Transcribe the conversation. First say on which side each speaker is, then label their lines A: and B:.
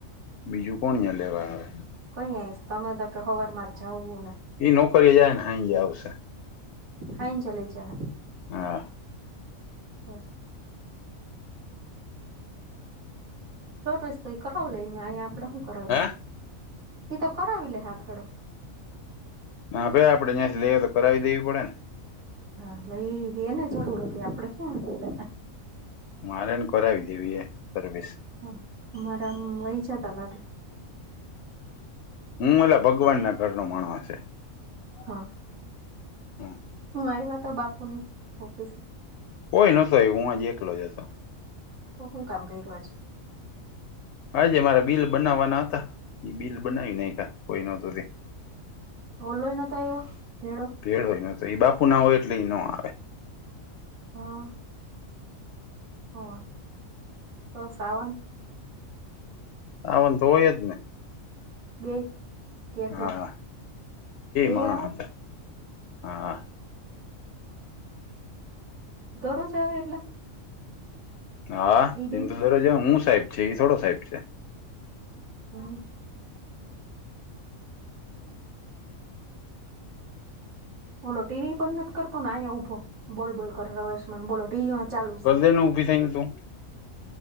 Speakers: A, on the left (about 65°); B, on the right (about 80°).
A: બીજું કોણ અયાં લેવા આવે.
B: કઈ આઈશ તમે તો કે હવાર મા જાઉં હે ને.
A: ઈ નોકરી જાય ને હાયજે આવશે.
B: આઇન ચલે જા.
A: હા.
B: હમ્મ. <inaudible> સરો રસ તો એ કરાવ લઈ ને અયા આપડે હું. કરવીને
A: હા
B: એ તો કરાવવી લે હા ફેડો.
A: હા આપડે આપે જ્યાંથી લઈએ તો કરાવી દેવી પડે ને.
B: હા લ‌ઇ લીધી એને જરૂર હતી આપડે ક્યાં હતી.
A: મારેને કરાવી દેવી એ સર્વિસ.
B: હ અમારા આમ વહી જતા લાગે.
A: હું એલા ભગવાન ના ઘરનો માણો હશે.
B: હા.
A: હમ્મ.
B: હું આવ્યા તો બાપુની ઓફિસે.
A: કોઈ નોતો હું આજે એકલો જ હતો.
B: તો હું કામ કર્યો આજ.
A: આજે મારા બિલ બનાવવાના હતા બિલ બનાવી નાયખાયા કોઈ નહોતું તે.
B: ઓલો એ નોતો આવ્યો ભેડો.
A: ભેડો નોતો એ બાપુ ના હોય એટલે એઈ ન આવે.
B: હા. હોવે તો શ્રાવણ.
A: આવ ન ધોયત ને.
B: બે. કેટલો
A: હા
B: બે
A: માણસ
B: આવે.
A: હતા હા
B: દરરોજ આવે એટલે.
A: હા
B: ઈ બે
A: એ તો દરોજ હું સાહેબ છે એ થોડો સાહેબ છે.
B: હમ્મ. બોલો ટીવી પણ નથી કરતો ને અહીંયા ઉભો બોલ બોલ કર આયુષ્યમાન બોલો ટીવી માં ચાલુ છે.
A: શેનું ઊભી થઈને તું.